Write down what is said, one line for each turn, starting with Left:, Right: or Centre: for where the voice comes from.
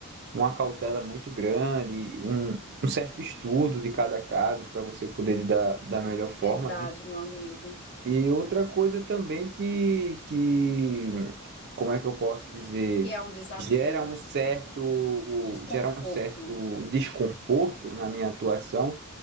Right: uma cautela muito grande, um, um certo estudo de cada caso para você poder lidar da melhor forma,
Left: Verdade,
Right: né?
Left: meu amigo.
Right: E outra coisa também que, que, como é que eu posso dizer,
Left: Que é um desafio.
Right: gera um certo,
Left: Desconforto.
Right: gera um certo desconforto na minha atuação